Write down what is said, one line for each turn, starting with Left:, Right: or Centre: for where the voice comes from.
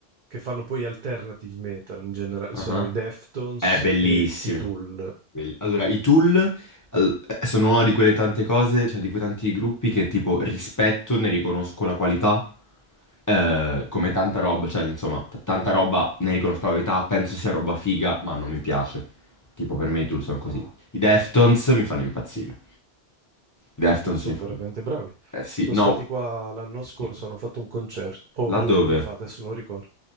Right: che fanno poi alternative metal in generale
Left: ah,
Right: sono i Deftones
Left: È bellissimo.
Right: e i Tool.
Left: Bell- Allora, i tool all- eh, sono una di quelle tante cose, cioè di quei tanti gruppi che tipo rispetto, ne riconosco la qualità, eh, come tanta roba, cioè insomma, t- tanta roba ne riconosco la qualità, penso sia roba figa, ma non mi piace. Tipo per me i tool sono così.
Right: Ah.
Left: I Deftones mi fanno impazzire. Deftones
Right: Certo, sono
Left: in fondo.
Right: veramente bravi.
Left: Eh sì,
Right: Sono
Left: no.
Right: stati qua l'anno
Left: Sì.
Right: scorso,
Left: sì.
Right: hanno fatto un concerto, o
Left: Laddove?
Right: due anni fa, adesso non ricordo,